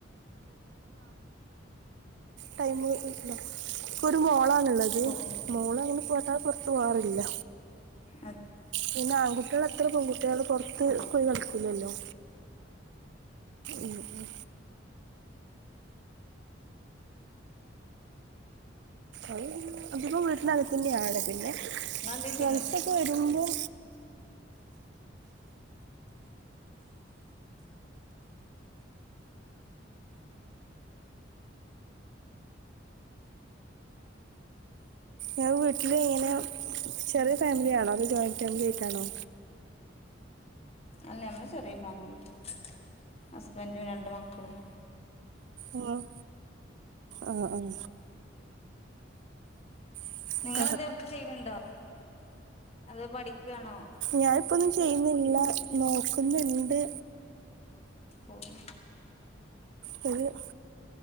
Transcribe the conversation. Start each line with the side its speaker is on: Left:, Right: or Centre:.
Right: ടൈം കിട്ടില്ല എനിക്ക് ഒരു മോളാണുള്ളത്
Left: ഓ ഓ
Right: മോളെ ഇപ്പൊ പോവാറില്ല
Left: അതെ
Right: പിന്നെ ആൺക്കുട്ടി നിങ്ങൾ എത്ര പെൺകുട്ടികൾ പുറത്ത്
Left: അതെ
Right: പോയി പഠിക്കുന്നുണ്ടോ ഉം ഉം ആയിനെന്താ അധികം വീടിനകത്തു തന്നെ ആണ് പിന്നെ
Left: നിങ്ങളെന്തേ
Right: ഫ്രണ്ട്‌സ്
Left: ചെയ്യണ്
Right: ഒക്കെ വരുമ്പോൾ ഞാൻ വീട്ടിൽ ഇങ്ങനെ ചെറിയ ഫാമിലി ആണോ അതൊ ജോയിന്റ് ഫാമിലി ആയിട്ടാണോ
Left: അല്ല നമ്മള് ചെറിയ ഫാമിലി ആ ഹസ്ബൻഡ് രണ്ട് മക്കളും
Right: ഉം ആം ആം <unintelligible>
Left: നിങ്ങളെന്തേ വർക്ക് ചെയ്യണുണ്ടോ അതോ പഠിക്കാണോ
Right: വർക്ക്‌ ചെയ്യുന്നില്ല നോക്കുന്നിണ്ട്
Left: ഓ ഓ
Right: ശെരിയാ